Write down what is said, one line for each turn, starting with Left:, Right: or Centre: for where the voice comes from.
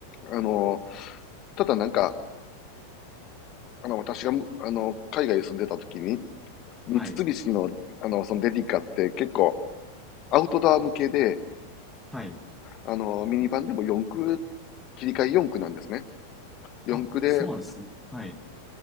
Left: あの、ただなんか、あの、私がむ、あの、海外に住んでた時に、三菱の、
Centre: はい。
Left: あの、そのデリカって結構アウトドア向けで、
Centre: はい。
Left: あの、ミニバンでも四駆、切り替え四駆なんですね。四駆で、
Centre: あ、そうなんですね。はい。